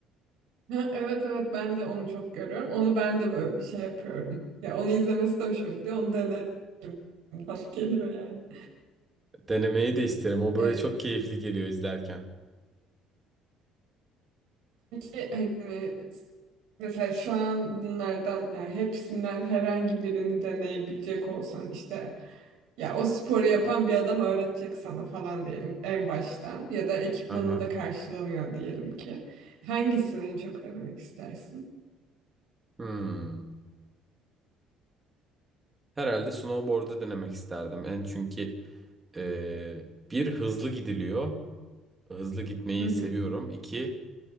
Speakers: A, on the right (about 80°); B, on the right (about 15°).
A: Ha, evet evet ben de onu çok görüyorum. Onu ben de böyle şey yapıyorum. Ya onu izlemesi de hoşuma gidiyor. Onu denerim falan <laughs> geliyor yani.
B: Denemeyi de isterim. O böyle
A: E,
B: çok keyifli geliyor izlerken.
A: Peki hani mesela şu an bunlardan yani hepsinden herhangi birini deneyebilecek olsan işte ya o sporu yapan bir adam öğretecek sana falan diyelim en baştan ya da ekipmanın
B: Aha.
A: da karşılanıyor diyelim ki. Hangisini en çok denemek istersin?
B: Hmm. Herhalde snowboard'u denemek isterdim. En çünkü e, bir hızlı gidiliyor. Hızlı gitmeyi
A: Hı hı,
B: seviyorum. İki